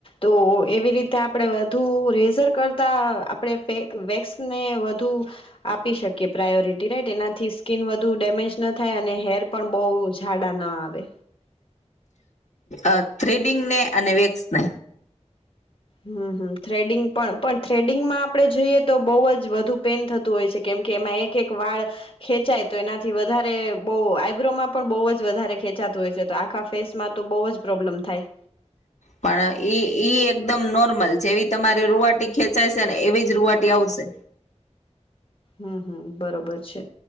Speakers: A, on the left; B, on the left.
A: તો એવી રીતે આપડે વધુ રેઝર કરતા આપણેે વેક્સ ને વધુ આપી શકીએ પ્રાયોરિટી. રાઈટ એનાથી સ્કીન વધુ ડેમેજ ન થાય અને હેર પણ બહુ જાઝડા ન આવે.
B: અ થ્રેડિંગને અને વેક્સને
A: હમ હમ થ્રેડિંગ પણ પણ થ્રેડિંગમાં આપણે જોઈએ તો બહુ જ વધુ પેન થતું હોય છે કેમકે એમાં એક એક વાળ ખેંચાય તો એનાથી વધારે બહ આઈબ્રોમાં પણ બહુ જ વધારે ખેંચાતું હોય છે તો આખા ફેસમાં તો બહુ જ પ્રોબ્લમ થાય.
B: પણ ઈ ઈ એકદમ નોર્મલ જેવી તમારી રુવાટી ખેંચાય છે ને એવી જ રુવાટી આવશે
A: હમ હમ બરોબર છે